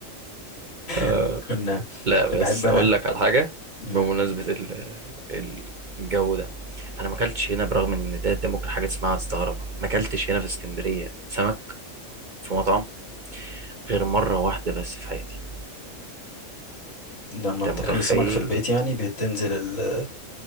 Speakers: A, on the right (about 45°); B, on the left (about 80°).
A: <laughs>
B: <laughs> كنا
A: لا
B: كنت بحب
A: بس
B: انا
A: اقول لك على حاجه
B: مم.
A: بمناسبه ال- الجو ده انا ما اكلتش هنا برغم ان ده, ده ممكن حاجه تسمعها وتستغربها ما اكلتش هنا في اسكندريه سمك في مطعم غير مره واحده بس في حياتي
B: لما
A: انت
B: بتاكل
A: متخيل
B: السمك في البيت يعني بتنزل ال-